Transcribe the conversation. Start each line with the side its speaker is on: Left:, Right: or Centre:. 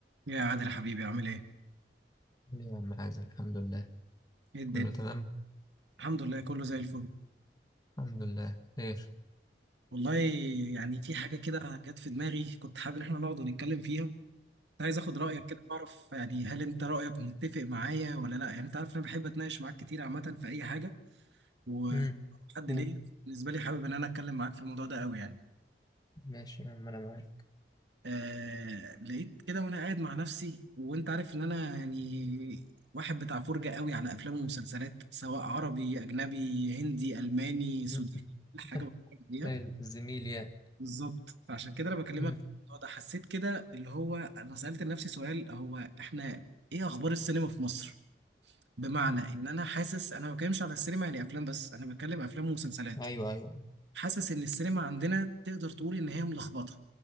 Right: يا عادل حبيبي عامل ايه؟
Left: يا عم حازم الحمد لله
Right: ايه الدنيا؟
Left: كله تمام
Right: الحمد لله كله زي الفل
Left: الحمد لله خير
Right: والله يعني في حاجة كده جت في دماغي كنت حابب ان احنا نقعد ونتكلم فيها كنت عايز اخد رأيك كده اعرف يعني هل انت رأيك متفق معايا ولا لا يعني انت عارف انا بحب اتناقش معاك كتير عامة في اي حاجة وحد
Left: امم قول
Right: ليا بالنسبة لي حابب ان انا اتكلم معاك في الموضوع ده قوي يعني
Left: ماشي يا عم انا معاك
Right: آه لقيت كده وانا قاعد مع نفسي وانت عارف ان انا يعني واحد بتاع فرجة قوي على افلام ومسلسلات سواء عربي اجنبي هندي الماني سوداني
Left: <laughs> مم.
Right: كل حاجة بتفرج عليها
Left: حلو الزميل يعني
Right: بالظبط فعشان كده انا بكلمك
Left: مم.
Right: في الموضوع ده حسيت كده اللي هو انا سألت لنفسي سؤال هو احنا ايه اخبار السينما في مصر بمعنى
Left: مم.
Right: ان انا حاسس انا ما بتكلمش على السينما يعني افلام بس انا بتكلم افلام ومسلسلات
Left: ايوه ايوه
Right: حاسس ان السينما عندنا تقدر تقول ان هي ملخبطه